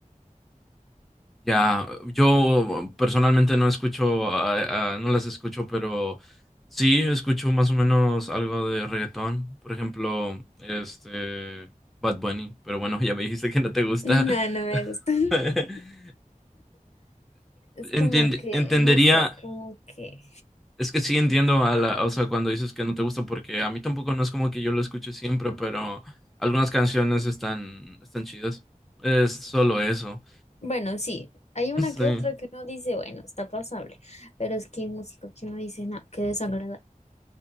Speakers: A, in the centre; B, on the left.
A: Ya, yo personalmente no escucho, ah, ah, no las escucho, pero sí escucho más o menos algo de reggaetón. Por ejemplo, este Bad Bunny, pero bueno, <laughs> ya me dijiste que no te gusta.
B: No,
A: <laughs>
B: no me gusta. <laughs> Es como
A: Entien-
B: que,
A: entendería,
B: no sé, como que...
A: es que sí entiendo a la, o sea, cuando dices que no te gusta, porque a mí tampoco no es como que yo lo escuche siempre, pero algunas canciones están, están chidas. Es solo eso.
B: Bueno, sí, hay una
A: <laughs> Sí.
B: que otra que uno dice, bueno, está pasable, pero es que hay música que uno dice, no, qué desagradable.